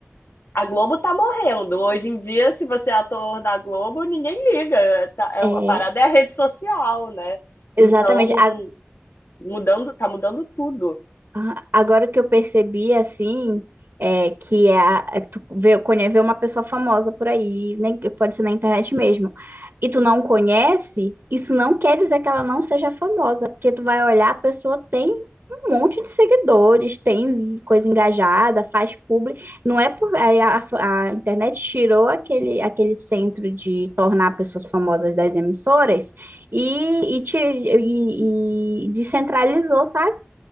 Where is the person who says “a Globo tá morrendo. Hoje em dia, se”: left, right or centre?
Left